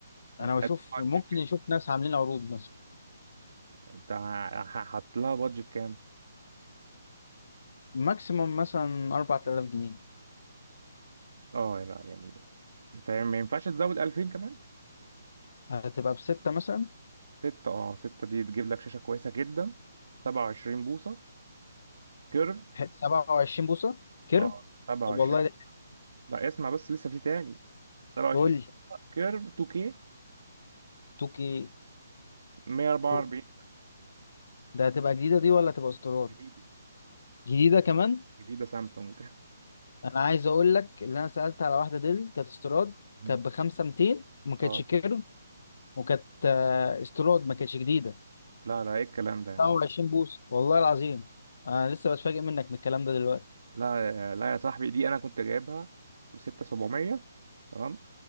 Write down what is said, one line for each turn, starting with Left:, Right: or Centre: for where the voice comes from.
Right: يعني
Left: انا
Right: انت
Left: بشوف
Right: عايز بادجت
Left: ممكن
Right: كام
Left: يشوف ناس عاملين عروض مثلا
Right: انت ه- هحط لها بادجت كام
Left: ماكسيموم مثلا 4000 جنيه
Right: اه لا يعني انت ما ينفعش تزود 2000 كمان
Left: هتبقى بستة مثلا
Right: ستة اه ستة دي تجيب لك شاشة كويسة جدا سبعة وعشرين بوصة كيرف
Left: ح- سبعة وعشرين بوصة كيرف
Right: اه سبعة
Left: طب
Right: وعشرين
Left: والله ده-
Right: لا اسمع بس لسه في تاني سبعة وعشرين
Left: قول لي
Right: كيرف 2K
Left: توكي
Right: 144
Left: قول. ده هتبقى جديدة دي ولا هتبقى استيراد
Right: جديدة
Left: جديدة كمان
Right: جديدة سامسونج
Left: أنا عايز أقول لك اللي أنا سألت على واحدة ديل كانت استيراد
Right: مم.
Left: كانت بخمسة ميتين وما كانتش
Right: <laughs> اه
Left: كيرف وكانت آه، استيراد ما كانتش جديدة
Right: لا لا ايه الكلام ده يا عم
Left: سبعة وعشرين بوصة والله العظيم أنا لسه بتفاجئ منك من الكلام ده دلوقتي
Right: لا لا يا صاحبي دي انا كنت جايبها ب 6700 تمام